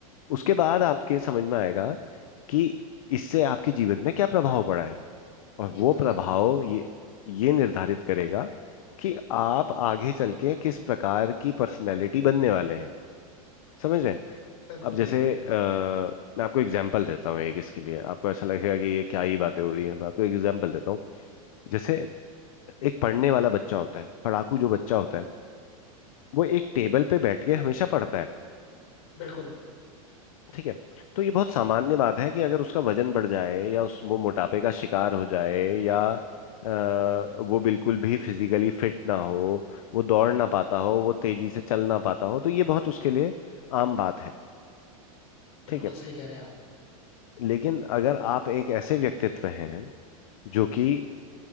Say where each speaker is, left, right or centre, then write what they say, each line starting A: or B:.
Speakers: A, on the left (about 70°); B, on the left (about 50°).
A: उसके बाद आपके समझ में आएगा कि इससे आपके जीवन में क्या प्रभाव पड़ा है और
B: ये
A: वो
B: तो है
A: प्रभाव ये ये निर्धारित करेगा कि आप आगे चल के किस प्रकार की पर्सनैलिटी बनने वाले हैं समझ रहे हैं
B: बिल्कुल
A: अब जैसे
B: बिल्कुल
A: आ, मैं आपको एग्जाम्पल देता हूँ एक इसके लिए आपको ऐसा लगेगा कि ये क्या ही बातें हो रही है मैं आपको एग्जाम्पल देता हूँ जैसे एक पढ़ने वाला बच्चा होता है पढ़ाकू
B: हाँ
A: जो बच्चा होता है वो एक टेबल पे बैठ के हमेशा पढ़ता है
B: बिल्कुल
A: ठीक है तो ये बहुत सामान्य बात है कि अगर उसका वजन बढ़ जाए या उस वो मोटापे का शिकार हो जाए या अ, वो बिल्कुल भी फिजिकली फिट ना हो वो दौड़ ना पाता हो वो तेजी से चल ना पाता हो तो ये बहुत उसके लिए आम बात है ठीक
B: बिल्कुल
A: है
B: सही कह रहे हैं आप
A: लेकिन अगर आप एक ऐसे व्यक्तित्व हैं जो कि